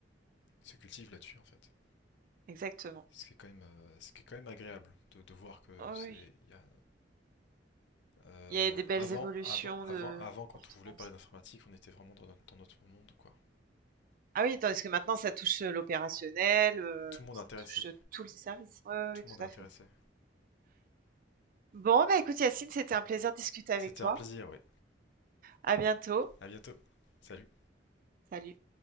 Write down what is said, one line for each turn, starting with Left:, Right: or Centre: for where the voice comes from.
Left: se cultivent là-dessus, en fait.
Right: exactement.
Left: Ce qui est quand même, euh, ce qui est quand même agréable de, de voir que
Right: Oui,
Left: c'est,
Right: oui.
Left: il y a, Euh,
Right: Il y a des belles
Left: avant,
Right: évolutions
Left: avant, avant,
Right: de
Left: avant, quand
Right: comportement
Left: on voulait parler
Right: aussi.
Left: d'informatique, on était vraiment dans, dans notre monde, quoi.
Right: Ah oui, tandis que maintenant ça touche, heu, l'opérationnel, heu,
Left: Tout le monde
Right: ça
Left: est intéressé.
Right: touche, heu, tous les services. Oui, ouais,
Left: Tout
Right: ouais, tout
Left: le monde est intéressé.
Right: à fait. Bon, bah, écoute Yacine, c'était un plaisir de discuter avec
Left: C'était
Right: toi.
Left: un plaisir, ouais.
Right: À bientôt.
Left: À bientôt. Salut.
Right: Salut.